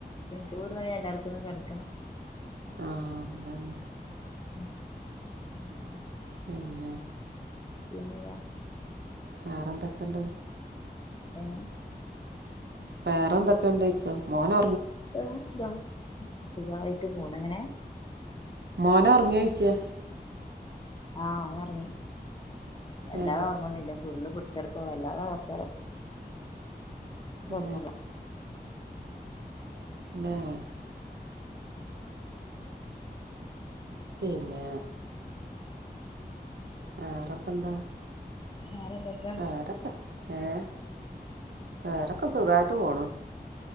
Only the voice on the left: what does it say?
പിന്നെ ചോറ് <unintelligible> എല്ലാവർക്കുന്ന് കിടക്കണം
<unintelligible>
പിന്നെത
ഏഹ്
വേറെന്താ സുഖായിട്ട് പോണ്‌ ഇങ്ങനെ
ആഹ് ഓൻ ഉറങ്ങി അല്ലാതെ
ഉറങ്ങൊന്നില്ല ഫുള്ള് പ <unintelligible> വല്ലാത അവസരം ഉർങ്ങുലാ
വേറെന്തൊക്കെ